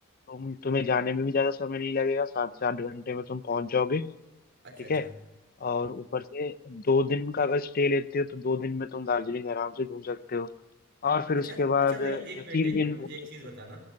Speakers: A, on the left; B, on the right.
A: तुम तुम्हें जाने में भी ज्यादा समय नहीं लगेगा सात से आठ घंटे में तुम पहुंच जाओगे
B: अच्छा
A: ठीक
B: अच्छा
A: है और ऊपर से दो दिन का अगर स्टे लेते हो तो दो दिन में तुम दार्जिलिंग आराम से घूम सकते हो और फिर
B: अच्छा
A: उसके बाद
B: अच्छा भाई एक
A: या तीन
B: मिनट एक
A: दिन
B: मिनट
A: में
B: मुझे
A: घूम
B: एक
A: सकते
B: चीज बताना
A: हो